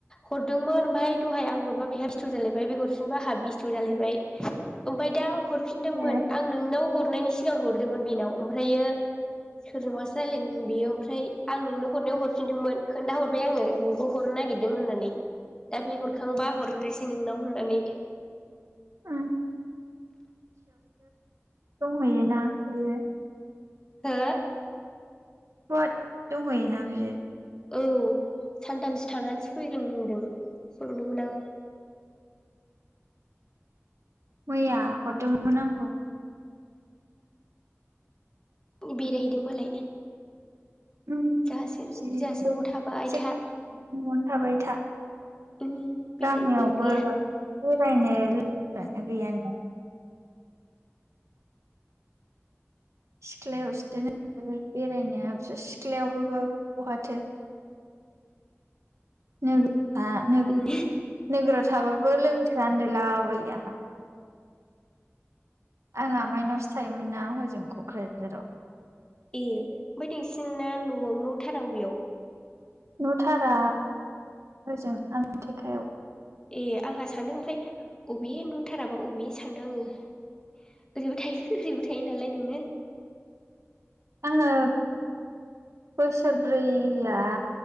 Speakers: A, on the left (about 15°); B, on the right (about 80°).
A: हरदोंमोन ओमफ्राय दहाय आं हरबा बेहाय बेस्थ जालायबाय बे हरफिनबा आंहा बेस्थ जालायबाय ओमफफ्राय दा हर फिनदोंमोन
B: ए
A: आं नोंनाव हरनायनि सि सिगां हरदोंमोन बेनाव ओमफ्रायो सोरजोंबासो रायलायदोंमोन बेयो ओमफ्राय आं नोंनो हरनायाव हरफिनदोंमोन खोन्थाहरबाय आङो। हरनो नागिरदों होननानै दा बे हर दोंबा हरनोसै नोंनाव होननानै।
B: गुवाहाटियावसो दंहैयोना बेयो।
A: हो
B: गहाद दं हैयोना बियो।
A: औ सानथामसो थानानैसो फैगोन होनदों। सोंदोंमोन आं
B: मैया हरदोंमोन आंबो।
A: बेरायहैदों मालाय
B: उम
A: जोंहासो
B: सिरियैनो
A: जोंहासो न'आव
B: न'आवनो
A: थाबाय था
B: थाबाय था।
A: उम बेरायनो
B: गामियावबो
A: गैया
B: बेरायनो लोगोयानो गोयानालाय। सिख्लायावसो बेरायनाया सिख्लायावबो बहाथो। नो हा नोगोराव
A: उम
B: थाबाबो लोगोफोरा आन्दायला बायो <unintelligible> आं आमाइनावसो थायोमोन ना हजों क'क्राझाराव।
A: ए ओमफ्राय नोंसिना न' न'थारा अबेयाव?
B: न'थारा ओजों आमथेखायाव।
A: ए आंहा सान्दों ओमफ्राय अबे न'थाराबा अबे सानदों आङो। ओरैबो थायो <unintelligible> थायो नालाय नोङो।
B: आङो बोसोरब्रैया